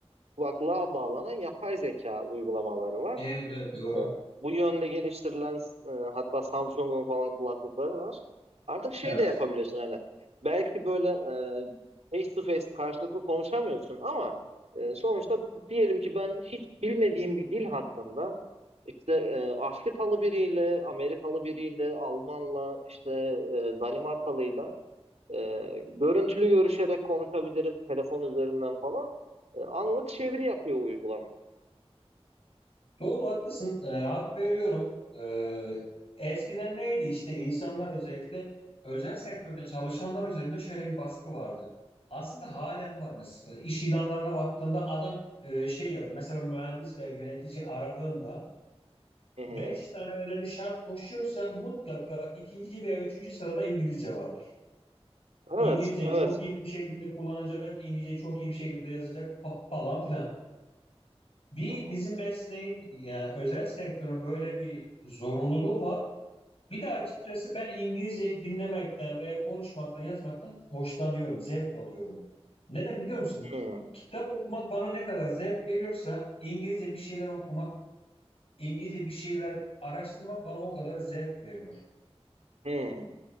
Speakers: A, on the right; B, on the left.
A: kulaklığa bağlanan yapay zeka uygulamaları var.
B: Evet evet doğru.
A: E, Bu yönde geliştirilen e, hatta Samsung'un falan kulaklıkları var. Artık şey
B: Evet.
A: de yapabiliyorsun hani belki böyle e, face to face karşılıklı konuşamıyorsun ama e, sonuçta diyelim ki ben hiç bilmediğim bir dil hakkında işte e, Afrikalı biriyle, Amerikalı biriyle, Almanla, işte e, Danimarkalıyla e, görüntülü görüşerek konuşabilirim telefon üzerinden falan. E, anlık çeviri yapıyor uygulama.
B: Doğru haklısın. Ee, hak veriyorum. Ee, eskiden neydi işte insanlar özellikle özel sektörde çalışanlar üzerinde şöyle bir baskı vardı. Aslında halen var mesela. İş ilanlarına baktığında adam e, şey yapıyor. Mesela mühendis veya yönetici aradığında
A: Hı hı.
B: Beş tane önemli şart koşuyorsa mutlaka ikinci veya üçüncü sırada İngilizce vardır.
A: Evet,
B: İngilizceyi
A: evet.
B: çok iyi bir şekilde kullanacak, İngilizceyi çok iyi bir şekilde yazacak fa- falan filan. Bir
A: Hı hı.
B: bizim mesleğin yani özel sektörün böyle bir zorunluluğu var. Bir de açıkçası ben İngilizce dinlemekten veya konuşmaktan, yazmaktan hoşlanıyorum, zevk alıyorum. Neden biliyor musun?
A: Hmm,
B: Kitap okumak bana ne kadar zevk veriyorsa İngilizce bir şeyler okumak, İngilizce bir şeyler araştırmak bana o kadar zevk veriyor.
A: hmm.